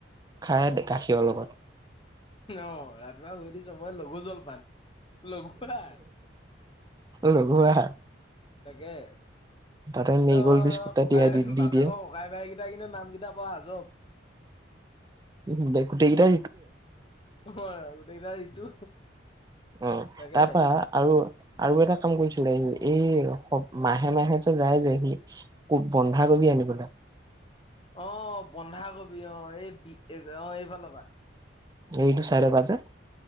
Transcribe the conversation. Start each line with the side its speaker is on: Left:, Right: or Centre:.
Right: খাই গাখীৰৰ লগত।
Left: অ ৰাতি। হৈ দিছো মই লগঘু জলপান লগুৰা।
Right: লঘু আহাৰ
Left: তাকে।
Right: তাতে
Left: সেইটো
Right: মেৰিগ'ল্ড বিস্কুট এটা
Left: ককাই
Right: তিয়াই দি
Left: বাপেক
Right: দিয়ে
Left: ককাই বাইকেইটাই কিন্তু নাম কেইটা প আজ।
Right: গোতেই কেইটা।
Left: অ গোটেইকেইটা ঋতু,
Right: অ
Left: তাকে।
Right: তাৰপা আৰু আৰু এটা কাম কৰিছিলেি এই মাহে মাহে যে যায় যে সি বন্ধাকবি আ। কিনিবলে।
Left: আহ বন্ধাকবি অ, এই বি অ এইফালৰ পৰা।
Right: এই দু চাৰে বাজে।